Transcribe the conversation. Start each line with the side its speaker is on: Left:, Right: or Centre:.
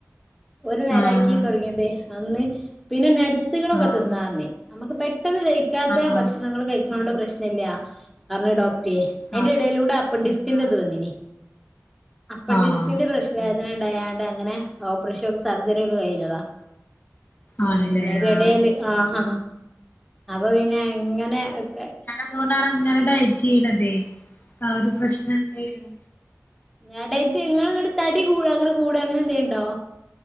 Centre: ഒരു നേരാക്കി
Left: ആഹ്
Centre: തൊട്ങ്ങ്യതേ അന്ന് പിന്നെ നട്സ്കളൊക്കെ
Left: ആഹ് ആഹ്
Centre: തിന്നാർഞ്ഞ്. അമ്മക്ക് പെട്ടെന്ന് ദഹിക്കാത്ത
Left: ആഹ്
Centre: ഭക്ഷണങ്ങള് കഴിക്ക്ണോണ്ട് പ്രശ്നല്ലാ അർഞ്ഞ് ഡോക്റ്റെ. അയ്ന്റെടെലൂടെ
Left: ആഹ്
Centre: അപ്പൻ ഡിസ്ത്തിന്റെത്
Left: ആഹ്
Centre: വന്നീനി അപ്പൻ
Left: ആഹ്
Centre: ഡിസ്ത്തിന്റെ പ്രശ് വേദനണ്ടായാണ്ട് അങ്ങനെ ഓപ്പറേഷൊക് സർജറി ഒക്കെ കഴിഞ്ഞതാ. ഉം
Left: ആണ്ല്ലേ
Centre: അയ്ന്റെടേല്
Left: ആഹ്
Centre: ആഹ അപ്പൊ പിന്നെ ങ്ങനെ ഒക്കെ.
Left: അതോണ്ടാണങ്ങനെ ഡയറ്റെയ്യണതേ ആ ഒരു പ്രശ്നം എന്തയും.
Centre: ഏ ഡെയ്റ്റെ ങ്ങള് ങ്ങട് തടി കൂട അങ്ങന കൂട അങ്ങനെന്തേണ്ടോ.